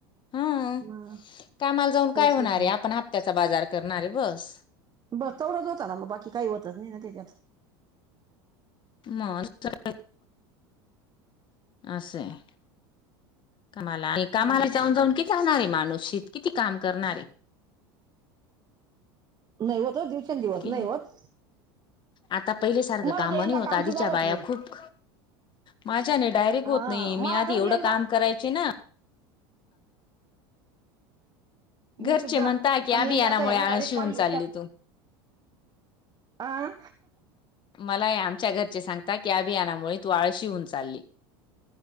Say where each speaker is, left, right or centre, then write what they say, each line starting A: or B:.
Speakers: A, on the left (about 40°); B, on the right (about 30°).
A: हम्म
B: मग
A: कामाला जाऊन
B: काहीच
A: काय होणार
B: होत नाही
A: आहे आपण हप्त्याचा बाजार करणारे बस
B: बस तेवढंच होता ना मग बाकी काही होतच नाही ना त्याच्यात <unintelligible>
A: म <unintelligible> असं आहे कामाला आणि कामाला
B: हम्म
A: जाऊन जाऊन किती जाणार आहे माणूस शत काम करणारे <unintelligible>
B: नाही होत हो दिवसेंदवस
A: की
B: नाही होत
A: आता पहिले सारखं
B: मला
A: काम
B: तर यंदा
A: नाही होत आधीच्या
B: सुद्धा
A: बाया
B: नाही
A: खूप माझ्याने डायरेक्ट
B: हा
A: होत नाही मी
B: मला
A: आधी
B: खरंच
A: एवढं
B: यंदा
A: काम करायचे ना
B: मी
A: घरचे
B: सुद्धा
A: म्हणता की
B: पण
A: अभियानामुळे
B: यंदाच आहे
A: आळशी
B: ना डायरेक्ट पाणी
A: होऊन चालली
B: येत्यातं
A: तू
B: <unintelligible> आं..
A: मला आमच्या घरचे सांगता की अभियानामुळे तू आळशी होऊन चालली.